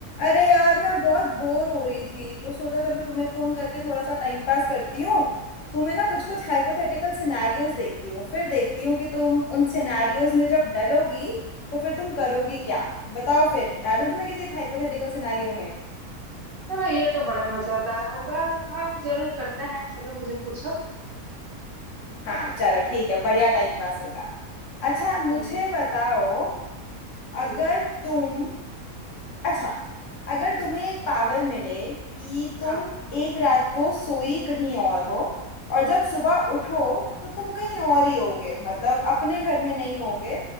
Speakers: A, on the left; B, on the right.
A: अरे यार मैं बहुत बोर हो रही थी तो सोचा चलो तुम्हें फोन करके थोड़ा सा टाइम पास करती हूँ तुम्हें ना कुछ कुछ हाइपोथेटिकल सिनेरियोज देखती हूँ फिर देखती हूँ कि तुम उन सिनेरियोज में जब डलोगी तो फिर तुम करोगी क्या बताओ फिर डालूं तुम्हें किसी हाइपोथेटिकल सिनेरियो में
B: चलो ये तो बड़ा मजेदार होगा हाँ जरूर करते हैं चलो मुझे पूछो
A: हाँ चलो ठीक है बढ़िया टाइम पास होगा अच्छा मुझे
B: हम्म
A: बताओ
B: हम्म,
A: अगर तुम अच्छा अगर तुम्हें एक पावर मिले कि तुम
B: हाँ
A: एक रात को सोई कहीं और हो और जब सुबह उठो तो तुम कहीं और ही होगे मतलब अपने घर में नहीं होगे